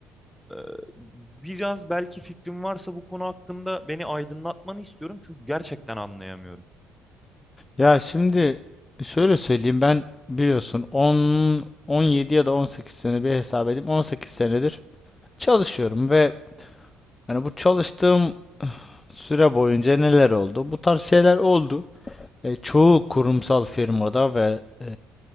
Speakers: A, in the centre; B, on the left (about 25°).
A: e, biraz belki fikrim varsa bu konu hakkında beni aydınlatmanı istiyorum. Çünkü gerçekten anlayamıyorum.
B: Ya şimdi şöyle söyleyeyim ben biliyorsun 10 17 ya da 18 sene bir hesap edeyim 18 senedir çalışıyorum ve hani bu çalıştığım süre boyunca neler oldu? Bu tarz şeyler oldu. E, çoğu kurumsal firmada ve e,